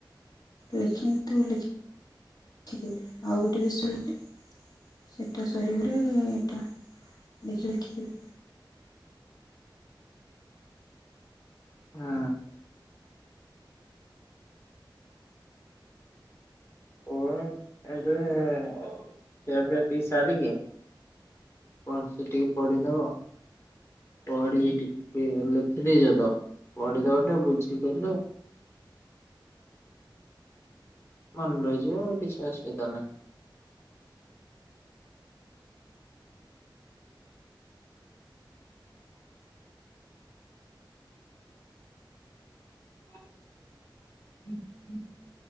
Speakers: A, on the left (about 50°); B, on the left (about 30°).
A: ଲେଖିନଲ ଦେଖିିବେ ଆଉ ଗୋଟେ ବିଶରେ ସେଟା ସରଗଲେ ଏଟା ଦେଖି ଲେଖିବି।।
B: ହା। ଓଏ ଏବେ ଖିଆ ପିଆ ଟିକେ ସାରିକି କଣ ସେ ଟିକେ ପଡି ନବ। ପଢି ଟିକେ ଲେଖିଦେଇଛ ତ ପଢିଦବ ଟିକେ ବୁଝିିଦେଲେ। ମନ ରହିଯିବ କିଛି ଅସୁବିଧା ନାହିଁ। ହୁଁ ହୁଁ।